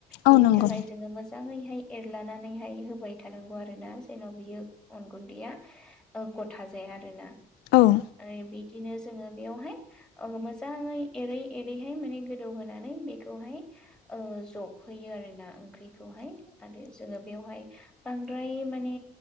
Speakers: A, in the centre; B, on the left.
A: बिनि
B: औ नंगौ
A: थाखाय जोङो मोजाङैहाय एरलानानैहाय होबाय थानांगौ आरो ना जेन' बियो अन गुन्दैया ओ गथा जाया। आरोना
B: औ
A: ।ओ बिदिनो जोङो बेयावहाय ओ मोजाङै एरै एरैहाय माने गोदौहोनानै बेखौहाय औ जबहैयो आरो ना ओंख्रिखौहाय। आरो जोङो बेवहाय बांद्राय माने